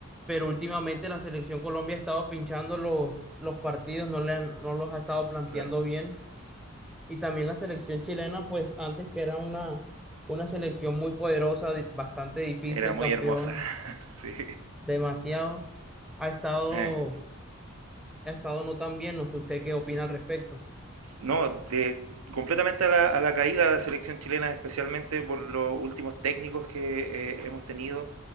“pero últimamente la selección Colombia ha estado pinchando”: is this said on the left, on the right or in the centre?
Centre